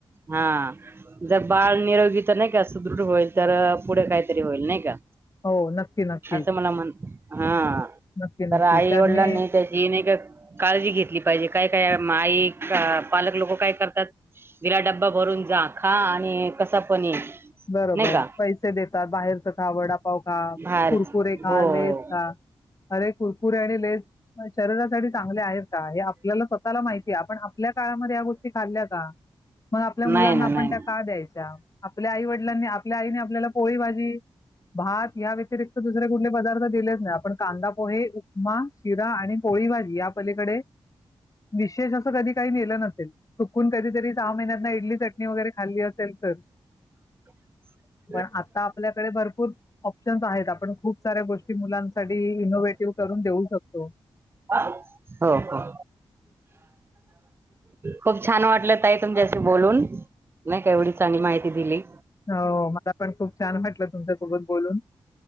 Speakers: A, on the right; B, on the left.
A: हा ज बाळ निरोगी तर नाय का सुदृढ होईल तर पुढे काहीतरी होईल नाय का
B: हो नक्की नक्कीच
A: असं मला म्हण हा
B: नक्की
A: तर
B: नक्कीच
A: आई
B: त्यांनी
A: वडलांना ही त्याची ही नाही का काळजी घेतली पाहिजे कायकाय आई पालक लोक काय करतात दिला डब्बा भरून जा खा आणि कसा पण ये
B: बरोबर
A: नाही का
B: पैसे देतात बाहेरच खा वडा पाव खा
A: बाहेरच
B: कुरकुरे खा
A: हो
B: लेस
A: हो
B: खा अरे कुरकुरे आणि लेस शरीरासाठी चांगले आहेत का हे आपल्याला स्वतःला माहिती आहे आपण कामामध्ये या गोष्टी खाल्ल्या का मग आपल्या मुलांना
A: नाही ना
B: आपण
A: नाही
B: त्या का द्यायच्या आप आपल्या आई वडिलांनी आपल्या आईने आपल्याला पोळी भाजी भात या व्यतिरिक्त दुसरे कुठले पदार्थ दिलेच नाही आपण कांदा पोहे उपमा शिरा आणि पोळी भाजी या पलीकडे विशेष असं कधी काही दिलं नसेल चुकून कधीतरी सहा महिन्यातन इडली चटणी वगैरे खाल्ली असेल तर
A: <unintelligible>
B: पण आता आपल्याकडे भरपूर ऑप्शन्स आहेत आपण खूप साऱ्या गोष्टी मुलांसाठी इनोव्टिव्ह करून देऊ शकतो
A: हो हो
B: <inaudible>
A: खूप छान वाटलं ताई तुमच्याशी बोलून नाय का एवढी चांगली माहिती दिली
B: अव मला पण खूप छान वाटलं तुमच्या सोबत बोलून